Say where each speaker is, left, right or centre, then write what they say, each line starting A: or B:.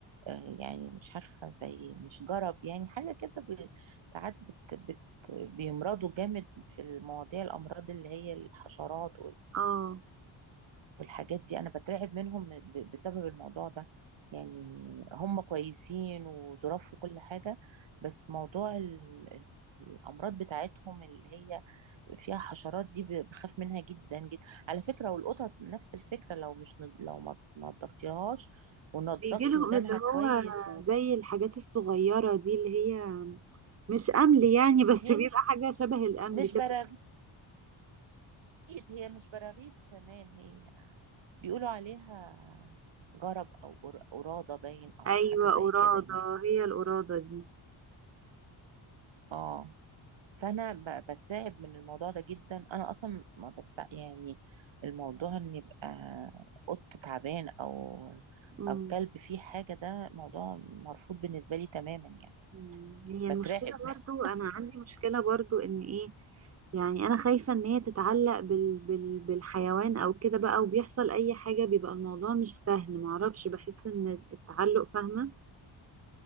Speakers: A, on the right (about 65°); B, on the right (about 30°).
A: آه، يعني مش عارفة زي مش جرب يعني حاجة كده ب- ساعات بت بت بيمرضوا جامد في المواضيع الأمراض اللي هي الحشرات
B: اه
A: والحاجات دي انا بترعب منهم ب- بسبب الموضوع ده يعني هم كويسين وظراف وكل حاجة بس موضوع ال- ال- الامراض بتاعتهم اللي هي فيها حشرات دي ب- بخاف منها جدا جدا على فكرة والقطط نفس الفكرة لو مش نض- لو ما ما نضفتيهاش ونضفتي
B: بيجي لهم
A: ودانها
B: اللي هو
A: كويس
B: زي الحاجات الصغيرة دي اللي هي مش أمل يعني بس
A: وهي
B: بيبقى
A: مش
B: حاجة شبه الأمل
A: مش
B: كده
A: براغيث هي مش براغيث كمان هي بيقولوا عليها جرب او قر- قرادة باين او
B: أيوة
A: حاجة زي
B: قرادة
A: كده يعني
B: هي القرادة دي
A: اه فانا ب- بترعب من الموضوع ده جدا انا اصلا ما بست يعني الموضوع ان يبقى قط تعبان او
B: مم.
A: او كلب فيه حاجه ده موضوع مرفوض بالنسبه لي تماما يعني
B: مم. هي
A: بترعب
B: المشكلة برضو
A: <laughs>
B: أنا عندي مشكلة برضو إن إيه يعني أنا خايفة إن هي تتعلق بال... بال... بالحيوان أو كده بقى وبيحصل أي حاجة بيبقى الموضوع مش سهل معرفش بحس إن التعلق فاهمة